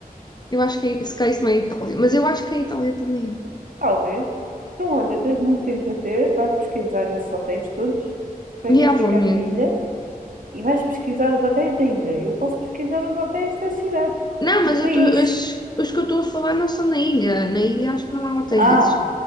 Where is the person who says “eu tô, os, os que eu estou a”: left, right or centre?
Left